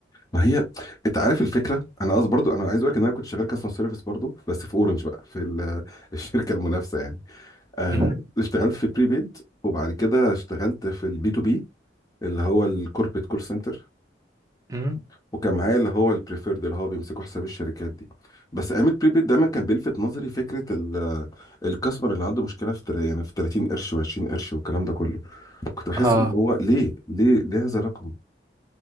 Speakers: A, on the left; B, on the right.
A: ما هي انت عارف الفكره انا قصدي برضو انا عايز اقول لك ان انا كنت شغال كاستمر سيرفيس برضو بس في اورنج بقى في ال- <laughs> الشركه المنافسه يعني آه
B: <laughs> مم.
A: اشتغلت في بريبيد وبعد كده اشتغلت في البي تو بي اللي هو الكوربريت كول سنتر
B: مم.
A: وكان معايا اللي هو البريفيرد اللي هو بيمسكوا حساب الشركات دي بس ايام البريبيد دايما كان بيلفت نظري فكره ال- <laughs> الكاستمر اللي عنده مشكله في تل- يعني في 30 قرش و20 قرش والكلام ده كله كنت بحس
B: اه
A: ان هو ليه ليه ليه هذا الرقم